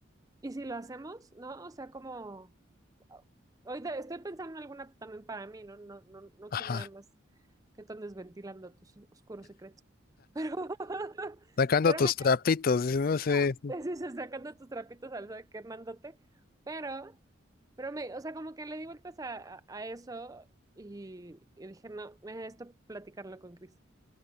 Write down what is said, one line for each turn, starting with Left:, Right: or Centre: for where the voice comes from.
Right: ¿y si lo hacemos? ¿No? O sea, como... Ahorita estoy pensando en alguna también para mí, ¿no? No, no, no
Left: Ajá.
Right: quiero nada más que tú andes ventilando tus oscuros secretos. Pero, <laughs>
Left: Sacando
Right: pero
Left: tus
Right: me
Left: trapitos, dice, no sé.
Right: <laughs> Sí, sí, sacando tus trapitos al sol, quemándote, pero, pero me, o sea, como que le di vueltas a, a, a eso y, y dije, no, esto platicarlo con Chris